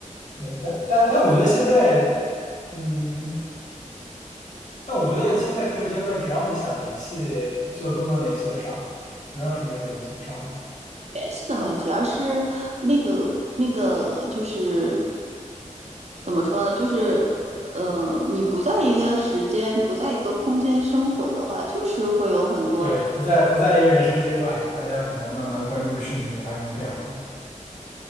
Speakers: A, on the left; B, on the right.
A: 对，但但但我觉得现在，嗯。但我觉得现在这个阶段，只要你想联系，就都能联系得上，没有什么是联系不上的。
B: 联系的问题，而是那个那个就是怎么说呢？就是呃，你不在一个时间，不在一个空间生活的话，就是会有很多
A: 对，不在不在一个人生阶段，大家可能慢慢关注的事情也发生了变化。